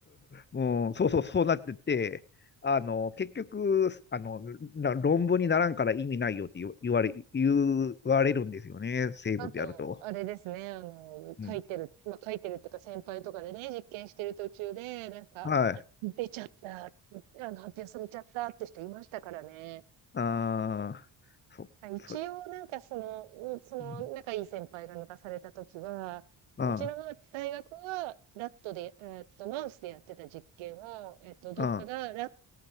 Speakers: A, on the left; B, on the right.
A: もうん、そうそう、そうなってて、あの、結局、あの、な論文にならんから意味ないよって言わ言われ、言われるんですよね、生物やると。
B: あと、あれですね、あの、
A: うん。
B: 書いてる、まあ、書いてるっていうか先輩とかでね、実験してる途中で、なんか、
A: はい。
B: あ出ちゃった、あの、発表されちゃったって人いましたからね。
A: ああ、そ、
B: 一応、
A: そ、
B: なんかその、うその、
A: うん
B: 仲いい先輩が抜かされた時は、
A: あ
B: うちの大学は、ラットで、えっと、マウスでやってた実験を、えっと、どっかがラッ
A: あ、ああ、